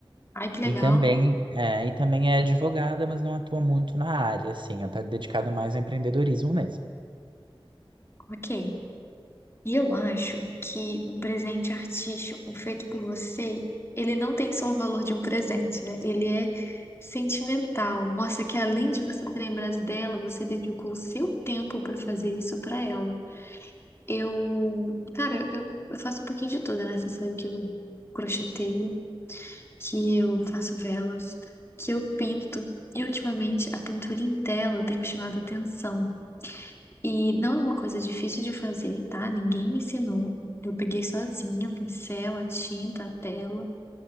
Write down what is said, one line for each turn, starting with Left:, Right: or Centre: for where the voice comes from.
Left: Ai, que
Right: E
Left: legal.
Right: também, é, e também é advogada, mas não atua muito na área, assim, ela está dedicada mais ao empreendedorismo mesmo.
Left: Ok. E eu acho que um presente artístico feito por você, ele não tem só o valor de um presente, né? Ele é sentimental. Mostra que além de você ter lembrado dela, você dedicou o seu tempo para fazer isso para ela. Eu, cara, eu, eu faço um pouquinho de tudo, né? Você sabe que eu crocheteio, que eu faço velas, que eu pinto. E ultimamente a pintura em tela tem me chamado a atenção. E não é uma coisa difícil de fazer, tá? Ninguém me ensinou. Eu peguei sozinha o pincel, a tinta, a tela